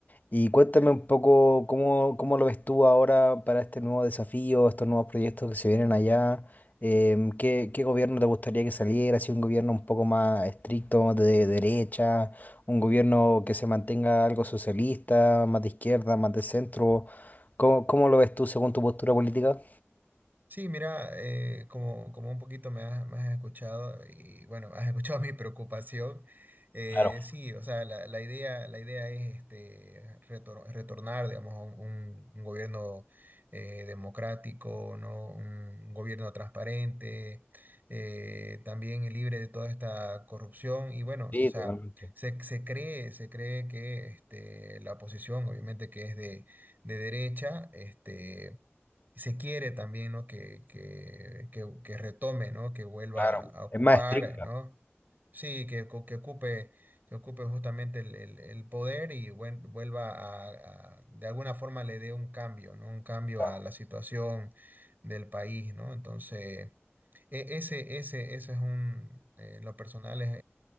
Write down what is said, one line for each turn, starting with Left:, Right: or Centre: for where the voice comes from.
Left: Y cuéntame un poco cómo, cómo lo ves tú ahora para este nuevo desafío, estos nuevos proyectos que se vienen allá. Em, ¿qué, qué gobierno te gustaría que saliera? Si un gobierno un poco más estricto, de derecha, un gobierno que se mantenga algo socialista, más de izquierda, más de centro. ¿Cómo, cómo lo ves tú según tu postura política?
Right: Sí, mira, eh, como, como un poquito me has, me has escuchado y bueno, has escuchado <laughs> mi preocupación. eh,
Left: Claro,
Right: sí, o sea, la, la idea, la idea es este, retor- retornar, digamos, a un, un gobierno eh, democrático, ¿no? Un gobierno transparente, eh, también libre de toda esta corrupción. Y bueno,
Left: sí,
Right: o sea,
Left: totalmente.
Right: se, se cree, se cree que este, la oposición, obviamente que es de, de derecha, este se quiere también, ¿no? Que, que, que, que retome, ¿no? Que vuelva
Left: Claro,
Right: a ocupar,
Left: es más estricta,
Right: ¿no? Sí, que, ocu- que ocupe, que ocupe justamente el, el- el poder y vuel- vuelva a, a- de alguna forma le dé un cambio, ¿no? Un cambio
Left: claro.
Right: a la situación del país, ¿no? Entonces, e- ese, ese, ese es un, eh, en lo personal